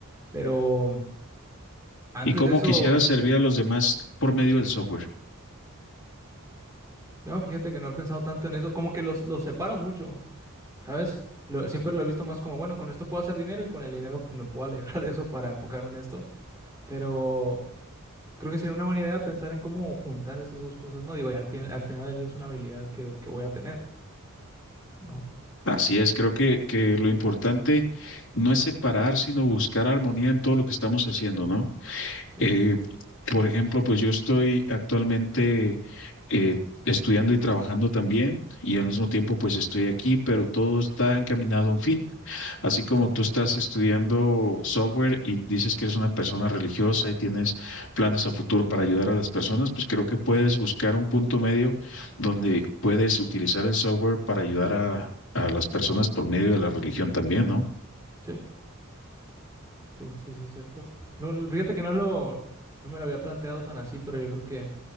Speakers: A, on the right (about 15°); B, on the left (about 60°).
A: Pero antes
B: y cómo
A: de eso,
B: quisieras servir a los demás por medio del software.
A: yo, fíjate que no he pensado tanto en eso, como que los, los separo mucho, ¿sabes? Lo- siempre lo he visto más como, bueno, con esto puedo hacer dinero y con el dinero pues, me puedo alejar <laughs> de eso para enfocarme en esto. Pero creo que sería una buena idea pensar en cómo juntar esas dos cosas, ¿no? Digo, y al fin- al final del día es una habilidad que, que voy a tener, ¿no?
B: Así es, creo que, que lo importante no es separar, sino buscar armonía en todo lo que estamos haciendo, ¿no?
A: Sí,
B: Eh, por ejemplo, pues yo estoy actualmente eh, estudiando y trabajando también y al mismo tiempo pues estoy aquí, pero todo está encaminado a un fin. Así como
A: sí.
B: tú estás estudiando software y dices que eres una persona religiosa y tienes planes a futuro para ayudar a las personas, pues creo que puedes buscar un punto medio donde puedes utilizar el software para ayudar a, a las personas por medio de la religión también, ¿no?
A: Sí. Sí, sí, sí, es cierto. No, no, fíjate que no lo, no me lo había planteado tan así, pero yo creo que,